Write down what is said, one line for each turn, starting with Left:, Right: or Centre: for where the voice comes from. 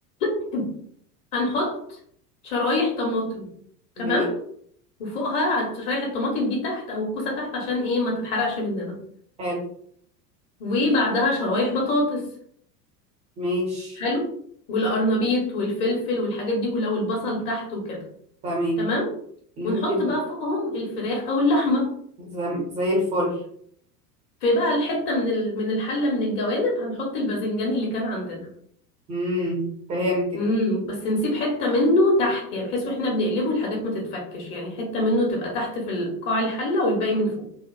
Left: <laughs> هنحط شرايح طماطم تمام
Right: ماشي
Left: وفوقها على شرايح الطماطم دي تحت او الكوسه تحت عشان ايه ما تتحرقش مننا
Right: حلو
Left: وبعدها شرايح بطاطس
Right: ماشي
Left: حلو والقرنبيط والفلفل والحاجات دي كلها والبصل تحت وكده
Right: تمام
Left: تمام
Right: انت
Left: ونحط
Right: بقى
Left: بقى فوقهم الفراخ او اللحمه
Right: زم- زي الفل
Left: في بقى الحته من ال- من الحله من الجوانب هنحط الباذنجان اللي كان عندنا
Right: مم. فهمتك
Left: امم بس نسيب حتة منه تحت يعني بحيث واحنا بنقلبه الحاجات ما تتفكش يعني حتة منه تبقى تحت في ال- قاع الحلة والباقي من فوق